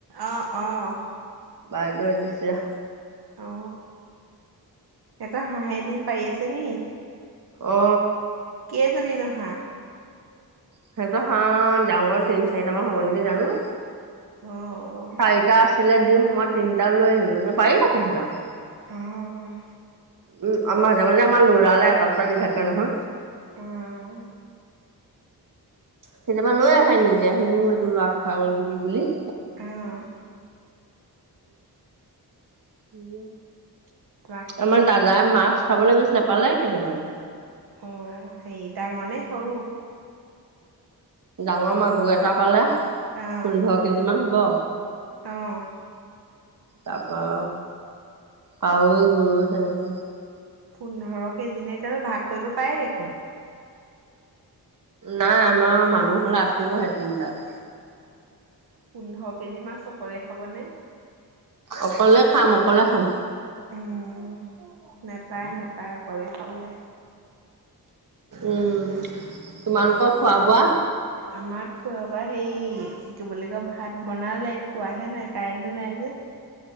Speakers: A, on the right; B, on the right.
A: অ' অ'
B: বাইদেউৱে দিছে।
A: অ এটা হাঁহে দিম পাৰি আছে নেকি?
B: অ।
A: কেইজনীনো হাঁহ?
B: সিহঁতৰ হাঁহ ডাঙৰ তিন চাৰিটা মান হ'ব নেকি জানো,
A: অ'
B: চাৰিটা আছে লে দিম মই তিনিটা লৈ আহিলোঁ, এনে পাৰি থাকে সিহঁতৰ।
A: অ'
B: উম আমাৰ লৰালে <inaudible> এটা দুটা দি থাকে নহয়
A: উম।
B: কেতিয়াবা লৈ আহে নিজে সেইটো সেইবোৰ লৰাক খোৱাবলৈ দিবি বুলি।
A: অঁ।
B: <inaudible>
A: বাকী
B: আমাৰ
A: সেই
B: দাদাই মাছ চাবলৈ গৈছিলে পালে কেইটামান।
A: অ সেৰি ডাঙৰনে সৰু?
B: ডাঙৰ মাগুৰ এটা পালে
A: অ'
B: পোন্ধৰ কেজিমান হ'ব।
A: অঁ।
B: তাৰ পৰা কাৱৈ গৰৈ তেনেকে।
A: পোন্ধৰ কেজি নে তেতিয়া হ'লে ভাগ কৰিব পাৰে দেখোন।
B: নাই আমাৰ মানুহ হলে আতিবহে তিনটালে।
A: পোন্ধৰ কেজিমান মাছ অকলে খাবনে?
B: অকলে খাম অকলে খাম।
A: উম নাপায় নাপায় অকলে খাবলে।
B: উম তোমালোকৰ খোৱা বোৱা।
A: আমাৰ খোৱা বোৱা হেৰি কি বুলি কয় ভাত বনালে খোৱাহে নাই কাৰেণ্টটো নাই যে।